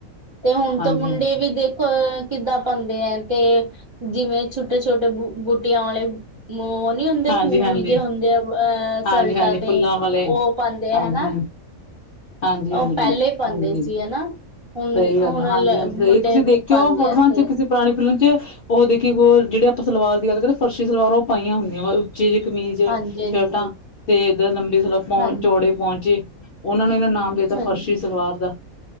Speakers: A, on the right; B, on the left.
A: ਤੇ ਹੁਣ ਤਾਂ
B: ਹਾਂਜੀ-ਹਾਂਜੀ,
A: ਮੁੰਡੇ ਵੀ ਦੇਖੋ ਅ ਕਿੱਦਾਂ ਪਾਦੇ ਏ ਤੇ ਜਿਵੇਂ ਛੋਟੇ-ਛੋਟੇ ਬ ਬੂਟੀਆਂ ਵਾਲੇ ਉਹ ਨਹੀਂ ਹੁੰਦੇ
B: ਹਾਂਜੀ-ਹਾਂਜੀ,
A: ਫੂਲ ਜੇ ਹੁੰਦੇ ਆ ਅਹ
B: ਹਾਂਜੀ-ਹਾਂਜੀ
A: ਸਲਟਾਂ ਤੇ
B: ਫੁੱਲਾਂ ਵਾਲੇ
A: ਉਹ ਪਾਉਂਦੇ
B: ਹਾਂਜੀ-ਹਾਂਜੀ,
A: ਹਨਾ
B: ਹਾਂਜੀ ਹਾਂਜੀ
A: ਉਹ ਪਹਿਲੇ ਪਾਉਂਦੇ
B: ਹਾਂਜੀ
A: ਸੀ ਹਨਾ ਹੁਣ
B: ਸਹੀ
A: ਹੁਣ
B: ਗੱਲ ਹਾਂਜੀ ਹਾਂਜੀ ਸਹੀ
A: ਮੁੰਡੇ
B: ਤੁਸੀਂ ਦੇਖਿਓ
A: ਪਾਉਂਦੇ
B: ਫੋਟੋਆਂ
A: ਆ ਇੱਥੇ
B: ਚ ਕਿਸੇ ਪੁਰਾਣੀ ਫਿਲਮ ਚ, ਉਹ ਦੇਖੀ ਜਿਹੜੇ ਆਪਾਂ ਸਲਵਾਰ ਦੀ ਗੱਲ ਕਰਦੇ ਫਰਸ਼ੀ ਸਲਵਾਰ ਉਹ ਪਾਈਆਂ ਹੁੰਦੀਆਂ ਵਾ ਉੱਚੀ ਜ ਕਮੀਜ਼
A: ਹਾਂਜੀ ਹਾਂਜੀ
B: ਸ਼ਰਟਾਂ ਤੇ ਏਧਰ ਲੰਬੀ ਸਲਵਾਰ ਪਹ
A: ਹਾਂਜੀ
B: ਚੌੜੇ ਪੌਂਚੇ। ਉਹਨਾਂ ਨੇ ਇਹਨਾਂ ਨਾਮ ਦੇਤਾ
A: ਹਾਂਜੀ
B: ਫਰਸ਼ੀ ਸਲਵਾਰ ਦਾ